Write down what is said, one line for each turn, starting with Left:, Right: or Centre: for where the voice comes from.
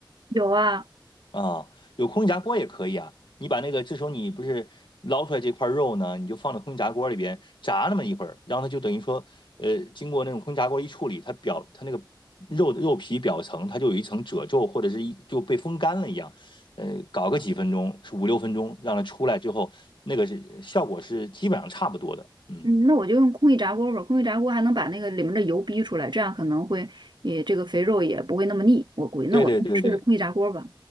Right: 有啊，
Left: 啊，有空气炸锅也可以啊。你把那个，这时候你不是捞出来这块肉呢，你就放到空气炸锅里边炸那么一会儿，然后它就等于说，呃，经过那种空气炸锅一处理，它表它那个肉肉皮表层它就有一层褶皱，或者是一就被风干了一样。呃，搞个几分钟，是五六分钟，让它出来之后，那个是效果是基本上差不多的。嗯，
Right: 嗯，那我就用空气炸锅吧，空气炸锅还能把那个里面的油逼出来，这样可能会也这个肥肉也不会那么腻，我估计那我试试空气炸锅吧。
Left: 对对对对。